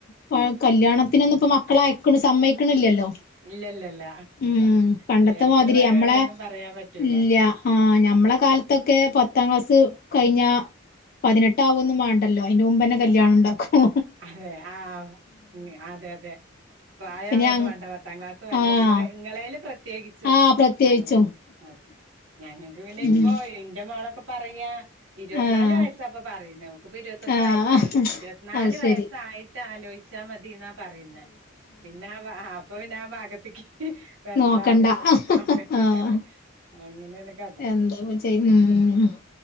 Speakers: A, on the left (about 50°); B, on the right (about 80°).
A: പഴ കല്യാണത്തിനൊന്നും ഇപ്പ മക്കൾ അയക്ക്ണ സമ്മയിക്കണില്ലല്ലോ
B: ഇല്ലല്ലല്ല
A: ഉം പണ്ടത്തെ
B: കല്യാണത്തിന്റെ
A: മാതിരി
B: പരിപാടിയൊന്നും
A: നമ്മളെ
B: പറയാൻ പറ്റൂല
A: ഇല്ല ആഹ്
B: ഉം
A: ഞമ്മളെ
B: ഉം
A: കാലത് ത്തൊക്കെ പത്താം ക്ലാസ് കഴിഞ്ഞ പതിനെട്ട് ആവൊന്നും വേണ്ടല്ലോ. അയിന്റെ മുമ്പന്നെ കല്യാണം ഇണ്ടാക്കും.
B: അതെ ആഹ് അതെ അതെ പ്രായ
A: പിന്നെ
B: ആവൊന്നും
A: അ
B: വാണ്ട. പത്താം ക്ലാസ് വഴിഞ്ഞ
A: ആഹ്
B: ഇങ്ങളെ ഇങ്ങളേൽ പ്രത്യേകിച് ച്ചും
A: ആഹ് പ്രത്യേകിച്ചും
B: ഞങ്ങ ഞങ്ങക്ക് പിന്നെ
A: ഉം
B: ഇപ്പൊ ഇന്റെ മോളൊക് പറയാ. ഇരുപത്
A: ആഹ്
B: നാല് വയസ ഇപ്പ പറയനേ. ഓക്ക് ഇപ്പൊ ഇരുപത്തൊന്ന്
A: ആഹ്
B: വയസായി. ഇരുപത് നാല്
A: അത്
B: വയസ
A: ശരി
B: ആയിട്ട് ആലോചിച്ചാൽ മതി ഇന്നാ പറയുന്നെ. പിന്നെ ആഹ് വാ അപ്പൊപിന്നെ ആ ഭാഗത്തക്ക് വരണ്ടാന്ന്
A: നോക്കണ്ട
B: <unintelligible>
A: ആഹ്
B: അങ്ങനെയാണ് കഥ
A: എന്താപ്പ ചെയ്യ ഉം